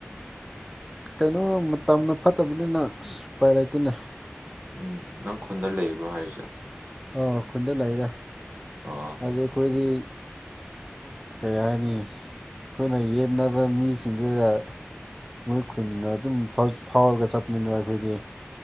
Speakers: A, in the centre; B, on the right.
A: ꯀꯩꯅꯣ ꯃꯇꯝꯅ ꯐꯠꯇꯕꯅꯤꯅ ꯁꯨꯄꯥꯏ ꯂꯩꯇꯦꯅꯦ
B: ꯎꯝ ꯅꯪ ꯈꯨꯟꯗ ꯂꯩꯕ꯭ꯔꯣ ꯍꯥꯏꯔꯤꯁꯦ
A: ꯑ ꯈꯨꯟꯗ ꯂꯩꯔꯦ
B: ꯑꯣ
A: ꯑꯗꯨ ꯑꯩꯈꯣꯏꯗꯤ
B: <inaudible>
A: ꯀꯔꯤ ꯍꯥꯏꯅꯤ ꯑꯩꯈꯣꯏꯅ ꯌꯦꯟꯅꯕ ꯃꯤꯁꯤꯡꯗꯨꯒ ꯃꯣꯏ ꯈꯨꯟꯗ ꯑꯗꯨꯝ ꯐꯥꯎꯔꯒ ꯆꯠꯄꯅꯤꯅꯣ ꯑꯩꯈꯣꯏꯗꯤ